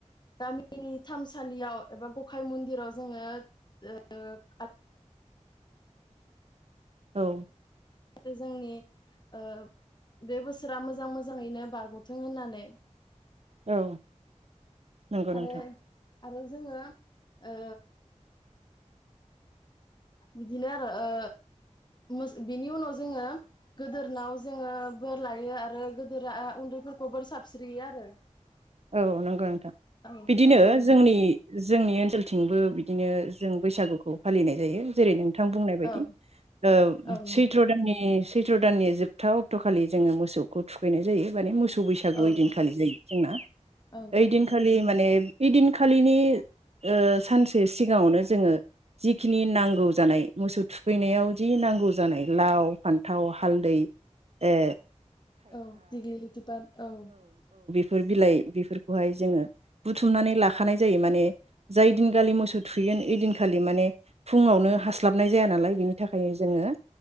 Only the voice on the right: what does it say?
औ
औ नंगौ नोंथां
औ नंगौ नोंथां
बिदिनो
जोंनि जोंनि ओनसोलथिंबो बिदिनो जों बैसागुखौ फालिनाय जायो जेरै नों थां बुंनाय बायदि
ओ
सैथ्र दाननि सैथ सैथ्र दाननि जोबथा अक्ट'खालि जोङो मोसौखौ थुखैनाय जायो माने मोसौ सौ बैसागु
इदिनखालि
जायो जोंना।
ओय
दिन खालि माने ए इदिनखालिनि ओ सानसे सिगाङावनो जोङो जिखिनि नांगौ जानाय मोसौ थुखैनायाव जि नांगौ जानाय लाव फान्थाव हालदै ए।
फोर बिलाइ बेफोरखौहाय जोङो बुथुमनानै लाखानाय जायो। माने जाय दिनखालि मोसौ थुगोन ओइदिनखालि माने फुङावनो हास्लाबनाय जाया नालाय बेनि थाखायनो जोङो सि